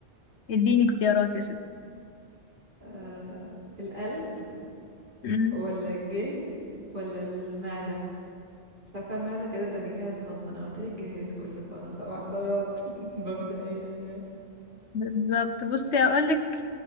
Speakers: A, on the left (about 75°); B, on the right (about 45°).
A: اديني اختيارات يا ستي
B: آه القلب
A: مم،
B: ولا الجلد ولا المعدة؟ عارفة المعدة كده ده جهاز هضم انا قلت لك جهاز كله فانا طبعا ده غلط <laughs> مبدئيا يعني
A: بالظبط بصي أقولك